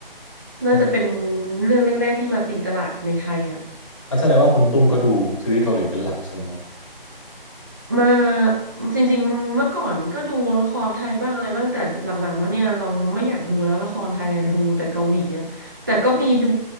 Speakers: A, on the right (about 20°); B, on the left (about 35°).
A: น่าจะเป็น
B: อืม
A: เรื่องแรกๆที่มาตีตลาดในไทยอ่ะ
B: อันแสดงว่าคุณตุ้มก็ดูซีรีส์เกาหลีเป็นหลักใช่ไหม
A: มาจริงๆเมื่อก่อนก็ดูละครไทยบ้างอะไรบ้างแต่หลังๆมาเนี่ยเราไม่อยากดูแล้วละครไทยอะดูแต่เกาหลีอะแต่ก็มีดู